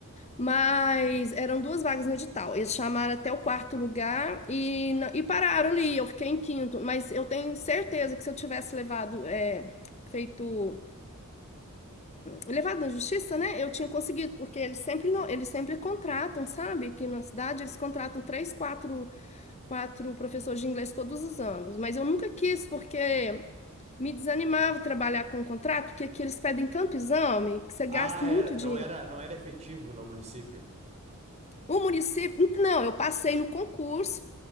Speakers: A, on the left (about 30°); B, on the right (about 30°).
A: Mas eram duas vagas no edital. Eles chamaram até o quarto lugar e, na- e pararam ali. Eu fiquei em quinto, mas eu tenho certeza que se eu tivesse levado, é, feito, levado na justiça, né? Eu tinha conseguido, porque eles sempre não, eles sempre contratam, sabe? Que na cidade eles contratam três, quatro, quatro professores de inglês todos os anos. Mas eu nunca quis, porque me desanimava trabalhar com contrato, porque aqui eles pedem tanto exame que você
B: Ah,
A: gasta muito
B: era,
A: dinheiro.
B: não era, não era efetivo no município.
A: O município, um, não, eu passei no concurso,